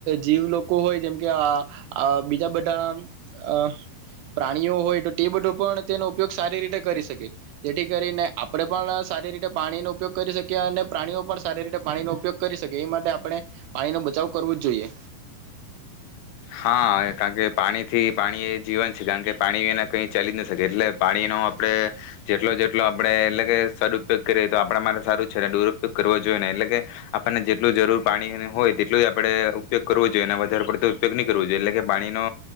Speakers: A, on the right; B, on the left.
A: જીવ લોકો હોય જેમકે આ બીજા બધા પ્રાણીઓ હોય તો તે બધો પણ તેનો ઉપયોગ સારી રીતે કરી શકેએ જેથી કરીને આપણે પણ સારી રીતે પાણીનો ઉપયોગ કરી શકીએ અને પ્રાણીઓ પણ સારી રીતે પાણીનો ઉપયોગ કરી શકે એ માટે આપણે પાણી નો બચાવ કરવો જ જોઈએ.
B: હા કારણ કે પાણીથી પાણી એ જીવન છે કારણ કે પાણી વિના કંઈ ચાલી જ ન શકે એટલે પાણીનો આપણે જેટલો જેટલો આપણે એટલે કે સદઉપયોગ કરીએ તો આપડા માટે સારું છે ને દુરુપયોગ કરવો જોઈએ ને એટલે કે આપણને જેટલું જરૂર પાણીની હોય તેટલું જ આપડે ઉપયોગ કરવો જોઈએ ને વધારે પડતું ઉપયોગ ન કરવો જોઈએ એટલે કે પાણીનો